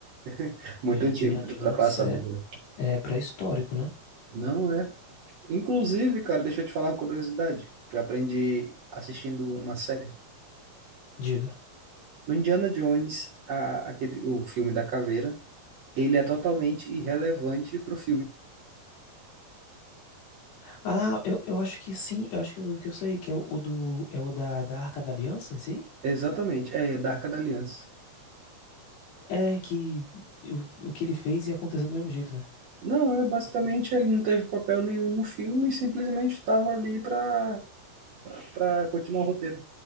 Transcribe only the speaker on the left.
É,
Indiana
Jones
é,
é pré-histórico, né?
Diga.
Ah, eu, eu acho que sim, eu acho que eu, que eu sei, que é o, o do, é o da, da Arca da Aliança, esse aí?
É que o, o que ele fez ia acontecer do mesmo jeito, né?